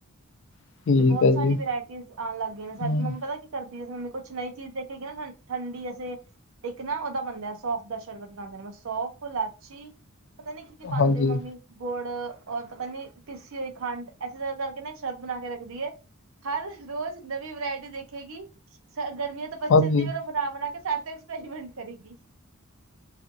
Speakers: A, on the left; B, on the right.
A: ਠੀਕ
B: ਤੇ ਬਹੁਤ
A: ਹੈ
B: ਸਾਰੀ
A: ਜੀ
B: ਵਰਾਇਟੀਜ਼ ਆਣ ਲੱਗ ਗਈਆ ਨੇ ਸਾਡ
A: ਹੂੰ,
B: ਮੰਮ ਪਤਾ ਕਰਦੀ ਮੰਮੀ ਕੁਛ ਨਈਂ ਚੀਜ਼ ਦੇਖੇਗੀ ਸੈਨ ਠੰਡੀ ਅਸੀਂ ਇੱਕ ਨਾ ਉਹਦਾ ਬੰਦਾ ਸੌਫ ਦਾ ਸ਼ਰਬਤ ਬਨਾਂਦੇ ਸੌਫ, ਲਾਚੀ ਪਤਾ ਨੀ ਕੀ-ਕੀ ਪਾਂਦੇ
A: ਹਾਂਜੀ
B: ਮੰਮੀ, ਗੁੜ ਓਰ ਪਤਾ ਨੀ ਪੀਸੀ ਹੋਈ ਖੰਡ ਇਸੇ ਤ ਕਰਕੇ ਨਾ ਸ਼ਰਬ ਬਣਾ ਕੇ ਰੱਖਦੀ ਏ। ਹਰ ਰੋਜ਼ ਨਵੀਂ ਵਰਾਇਟੀ ਦੇਖੇਗੀ ਸ ਗਰਮੀਆਂ ਤੋਂ ਬੱਚਨ
A: ਹਾਂਜੀ
B: ਦੀ ਤਰਾ ਬਣਾ-ਬਣਾ ਕੇ ਸਾਡੇ ਤੇ ਐਕਸਪੈਰੀਮੈਂਟ ਕਰੇਗੀ।